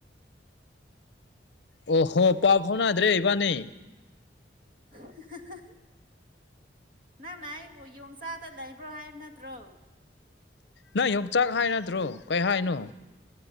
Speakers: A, on the left; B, on the right.
A: ꯑꯣ ꯍꯣ ꯄꯥꯎ ꯐꯥꯎꯅꯗ꯭ꯔꯦ ꯏꯕꯥꯅꯤ
B: <unintelligible> ꯅꯪꯅ ꯑꯩꯕꯨ ꯌꯣꯡꯆꯥꯛꯗ ꯂꯩꯕ꯭ꯔꯣ ꯍꯥꯏꯕ ꯅꯠꯇ꯭ꯔꯣ
A: ꯅꯪ ꯌꯣꯡꯆꯥꯛ ꯍꯥꯏ ꯅꯠꯇ꯭ꯔꯣ ꯀꯩ ꯍꯥꯏꯅꯣ